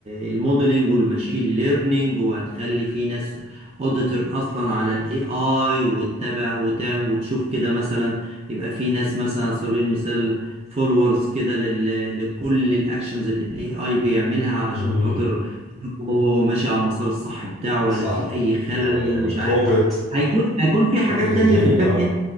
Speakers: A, on the right; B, in the centre.
A: الموديلنج والماشين ليرنينج وهتخلي في ناس اوديتور اصلا على الاي اي وتتابع وتعمل وتشوف كده مثلا يبقى في ناس مثلا على سبيل المثال فولورز كده لل... لكل الاكشنز اللي الاي اي بيعملها علشان
B: امم
A: خاطر يشوف هو هو ماشي على المسار الصح بتاعه ولا
B: صح
A: في اي خلل
B: والبرومبت
A: ولا مش عارف هيكون هيكون في حاجات
B: برومبت انجينيرنج
A: تانية في الباك
B: اه
A: اند